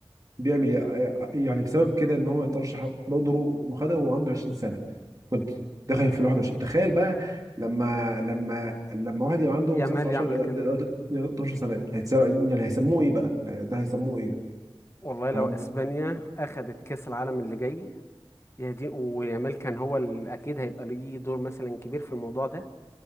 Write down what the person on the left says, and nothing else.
يامال
يعمل كل ده
والله لو
اسبانيا اخذت كاس العالم اللي جاي يا دين ويامال كان هو ال- اكيد هيبقى ليه دور مثلا كبير في الموضوع ده